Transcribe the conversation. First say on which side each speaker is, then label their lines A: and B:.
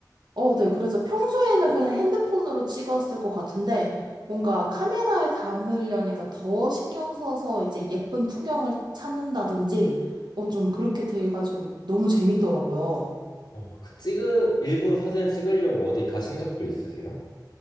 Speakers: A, on the right (about 80°); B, on the left (about 75°).
A: 어, 네. 그래서 평소에는 그냥 핸드폰으로 찍었을 것 같은데 뭔가 카메라에 담으려니까 더 신경 써서 이제 예쁜 풍경을 찾는다든지 어, 좀 그렇게 돼가지고 너무 재밌더라고요.
B: 어, 그 찍으, 일부러 사진 찍으려고 어디 가신 적도 있으세요?